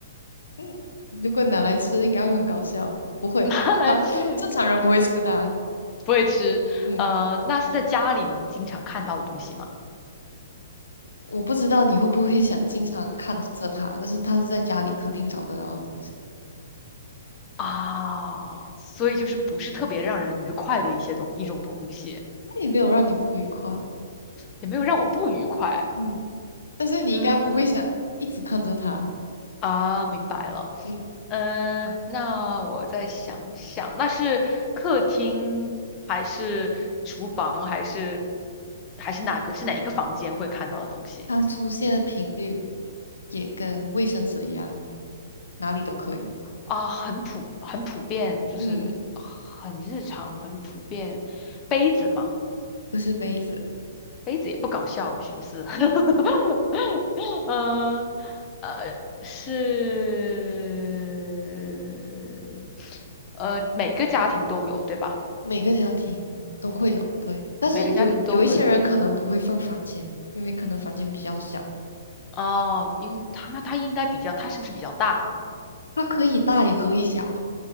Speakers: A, on the left; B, on the left.
A: 嗯。如果拿来吃，应该会很搞笑。不会，
B: <laughs> 拿来吃很开，
A: 他正常人不会吃的啊
B: 不会吃。
A: 嗯，
B: 呃，那是在家里能经常看到的东西吗？
A: 我不知道你会不会想经常看着他，但是他是在家里肯定找得到的东西，
B: 啊，所以就是不是特别让人愉快的一些东一种东西，
A: 他也没有让你不愉快。
B: 也没有让我不愉快。
A: 嗯，但是你应该不会想一直看着他。
B: 嗯，啊，明白了。
A: 嗯，
B: 嗯，那我再想想，那是客厅还是厨房还是还是哪个是哪一个房间会看到的东西
A: 它出现的频率也跟卫生纸一样，哪里都可以。
B: 啊？很普很普遍，就是很日常很普遍。
A: 嗯，
B: 杯子嘛，
A: 不是杯子，
B: 杯子也不搞笑，我寻思。<laughs> 嗯呃，是呃每个家庭都有，对吧？
A: 每个家庭都会有，对。但是有有一些人可能不会放房间，
B: 每个家庭都会有。
A: 因为可能房间比较小，
B: 哦，因为它那它应该比较，它是不是比较大？
A: 它可以大也可以小。